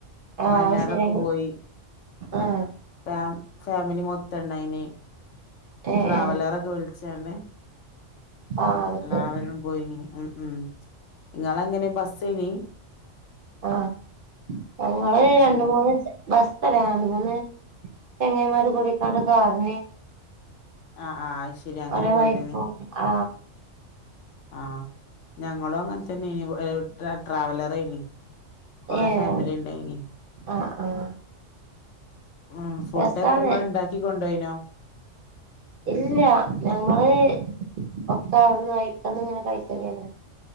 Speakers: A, on the right; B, on the left.
A: ആഹ്
B: വയനാട്
A: അത് ശരി
B: ഒക്കെ പോയി
A: ആഹ്
B: ഫാം ഫാമിലി മൊത്തം ഇണ്ടായിനി
A: ഏഹ് ഏഹ്
B: ട്രാവലറൊക്കെ വിളിച്ചാണ്ട്
A: ആഹ് അത്
B: എല്ലാവരും
A: ശരി
B: പോയിനീ ഉം ഉം ഇങ്ങളെങ്ങനെ ബസ്സീനി
A: ആഹ് ഞങ്ങള്
B: അത്
A: രണ്ട്
B: ശരി
A: മൂന്ന് ബസ് രണ്ട് മൂന്ന് ചങ്ങാതിമാര് കൂടിക്കൊണ്ട് കാറിനി
B: ആഹ് ആ അത് ശരി അങ്ങനെ
A: ഒരു
B: പോയതേനി
A: <unintelligible> ആ
B: ആഹ് ഞങ്ങളും അങ്ങനെത്തന്നെ ഇവ് ഏഹ് ട്രാ ട്രാവലർ ആയിന്നി കൊറേ
A: ഏഹ്
B: ഫാമിലി ഇണ്ടായിനി.
A: ആഹ് ആഹ്
B: ഉം ഫുഡൊക്കെ
A: രസാണ്
B: ഇങ്ങള് ഇണ്ടാക്കി കൊണ്ടോയ്നോ
A: ഇല്ല ഞങ്ങള് ഒക്കെ അവിട്ന്ന് വൈക്കന്ന്ങ്ങനെ കൈക്കലേനി